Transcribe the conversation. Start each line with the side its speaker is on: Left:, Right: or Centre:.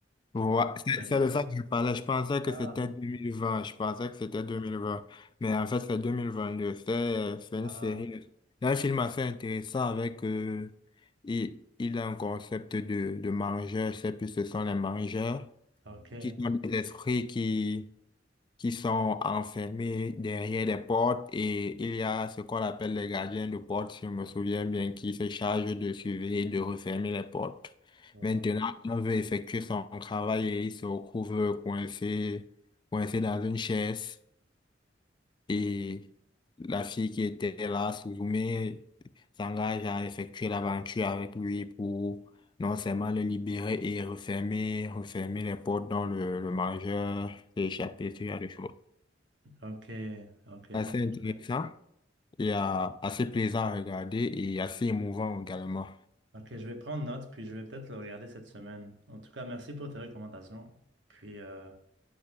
Left: Ouais,
Right: Toranari.
Left: c'est c'est de ça que je parlais. Je pensais que
Right: Ah,
Left: c'était 2020. Je pensais que c'était 2020. Mais en fait, c'est 2022. C'est c'est
Right: ah,
Left: une série. C'est un film assez intéressant avec... euh, il, il a un concept de, de mangeurs. Je sais plus ce sont les mangeurs
Right: ok.
Left: qui sont des esprits qui qui sont enfermés derrière des portes et il y a ce qu'on appelle les gardiens de porte, si je me souviens bien, qui se chargent de surveiller et de refermer les portes.
Right: Ok,
Left: Maintenant, on veut effectuer son travail et il se retrouve coincé, coincé dans une chaise et la fille qui était là, Suzume, s'engage à effectuer l'aventure avec lui pour non seulement le libérer et refermer, refermer les portes dont le, le mangeur s'est échappé, ce genre de choses
Right: ok, ok,
Left: assez
Right: bon.
Left: intéressant
Right: je vais-
Left: et euh, assez plaisant à regarder et assez émouvant également.
Right: Ok, je vais prendre note, puis je vais peut-être le regarder cette semaine. En tout cas, merci pour tes recommandations. Puis, euh,